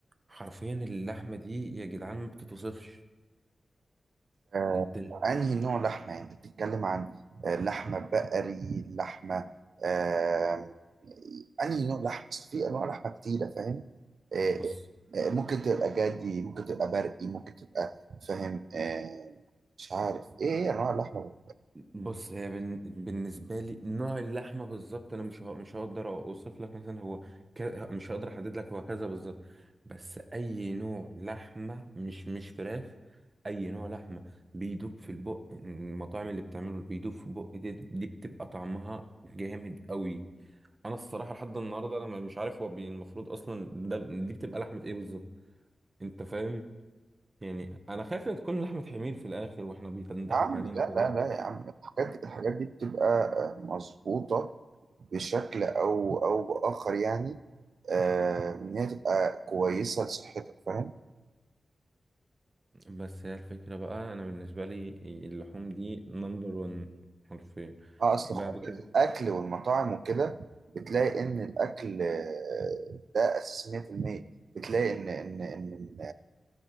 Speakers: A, on the right; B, on the right.
A: حرفيا اللحمة دي يا جدعان ما بتتوصفش
B: آه،
A: أنت
B: انهي نوع لحمه يعني انت بتتكلم عن آه، لحمه بقري لحمه آه، انهي نوع لحمه أصل في انواع لحمه كتيره فاهم آه،
A: بص
B: آه، ممكن تبقى جدي ممكن تبقى برقي ممكن تبقى فاهم آه، مش عارف ايه انواع اللحمه
A: بص هي بن... بالنسبه لي نوع اللحمه بالظبط انا مش ه... مش هقدر اوصف لك مثلا هو ك... مش هقدر احدد لك هو كذا بالظبط بس اي نوع لحمه مش مش فراخ اي نوع لحمه بيدوب في البق المطاعم اللي بتعمله بيدوب في البق دي, دي بتبقى طعمها جامد قوي انا الصراحه لحد النهارده انا مش عارف هو بي... المفروض اصلا ده دي بتبقى لحمه ايه بالظبط انت فاهم يعني انا خايف لا تكون لحمه حمير في الاخر واحنا بيضحك
B: يا عم
A: علينا
B: لا
A: كده
B: لا لا يا عم الحاجات دي الحاجات دي بتبقى آه، مظبوطه بشكل او او باخر يعني آه، ان هي تبقى كويسه لصحتك فاهم
A: بس هي الفكرة بقى أنا بالنسبة لي اللحوم دي نمبر ون حرفيا
B: اه اصل
A: بعد
B: خروجات
A: كده
B: الاكل والمطاعم وكده بتلاقي ان الاكل آه، ده اساس 100% بتلاقي ان ان ان